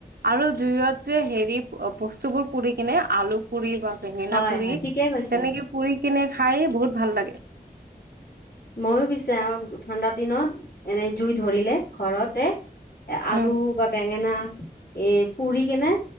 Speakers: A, on the right (about 75°); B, on the left (about 80°).
A: আৰু জুইত যে হেৰি বস্তুবোৰ পুৰি কেনে, আলু পুৰি, বা বেঙেনা
B: হয়
A: পুৰি,
B: হয় ঠিকেই কৈছা
A: তেনেকে পুৰি কিনে খাই বহুত ভাল লাগে।
B: ময়ো পিছে আমাৰ ঠাণ্ডাৰ দিনত এনে জুই ধৰিলে ঘৰতে আলু
A: উম,
B: বা বেঙেনা এ পুৰি কেনে,